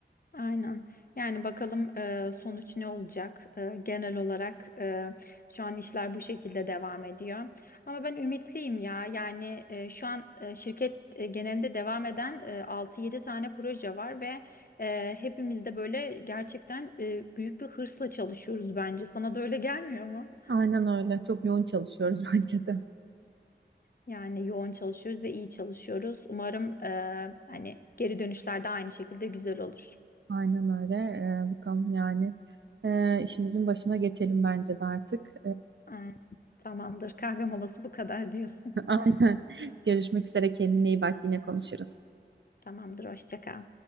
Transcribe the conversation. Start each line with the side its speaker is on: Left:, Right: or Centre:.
Left: Aynen. Yani bakalım e, sonuç ne olacak? E, genel olarak e, şu an işler bu şekilde devam ediyor. Ama ben ümitliyim ya. Yani e, şu an e, şirket e, genelinde devam eden e, 6-7 tane proje var ve e, hepimiz de böyle gerçekten e, büyük bir hırsla çalışıyoruz bence. Sana da öyle gelmiyor mu?
Right: Aynen öyle. Çok yoğun çalışıyoruz <laughs> bence de.
Left: Yani yoğun çalışıyoruz ve iyi çalışıyoruz. Umarım e, hani geri dönüşler de aynı şekilde güzel olur.
Right: Aynen öyle. Ee, bakalım yani Ee, işimizin başına geçelim bence de artık.
Left: Aynen. Tamamdır. Kahve molası bu kadar diyorsun.
Right: <laughs> Aynen.
Left: <laughs>
Right: Görüşmek üzere. Kendine iyi bak. Yine konuşuruz.
Left: Tamamdır, hoşça kal.